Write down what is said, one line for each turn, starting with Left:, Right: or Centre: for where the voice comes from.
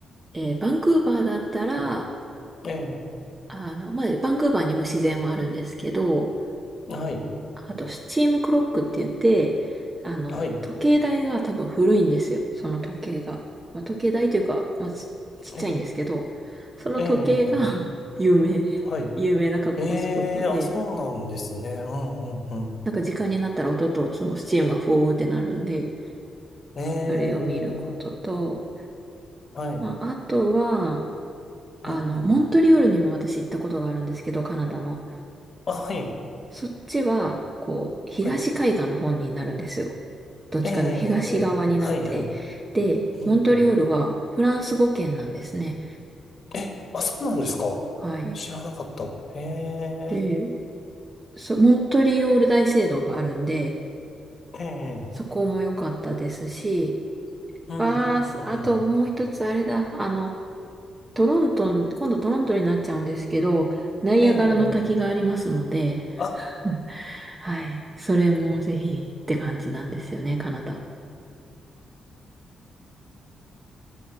Right: えーバンクーバーだったら、
Left: ええ、
Right: あの、まあ、バンクーバーにも自然はあるんですけど、
Left: はい。
Right: あと、スチームクロックって言って、あの、
Left: はい。
Right: 時計台が多分古いんですよ。その時計が。まあ、時計台というか、まあ、ちちっちゃいんですけど、
Left: ええ、
Right: その時計が
Left: ええ、ええ
Right: <laughs> 有名、
Left: はい。
Right: 有名な観光スポットで、
Left: ええ、あ、そうなんですね。うんうんうん。
Right: なんか時間になったら音とそのスチームがフォーってなるんで、
Left: ええ、
Right: それを見ることと、
Left: はい。
Right: まあ、あとは、あの、
Left: うんうん。
Right: モントリオールにも私行ったことがあるんですけど、カナダの。
Left: あ、はい。
Right: そっちは、こう、東海岸の方になるんですよ。
Left: はい。
Right: どっちかというと東側になって。
Left: ええ、はい、はい。
Right: で、
Left: うんうん。
Right: モントリオールはフランス語圏なんですね。
Left: え、あ、そうなんですか知らなかった。
Right: はい。
Left: ええ。
Right: で、そ、モントリオール大聖堂があるんで、
Left: ええ、
Right: そこも良かったですし、
Left: うんうんうんうん。
Right: あー、あともう一つあれだ、あの、トロントに、今度トロントになっちゃうんですけど、ナイアガラの滝がありますので、
Left: ええ、ええあ、
Right: <laughs> はい。それもぜひって感じなんですよね、カナダ。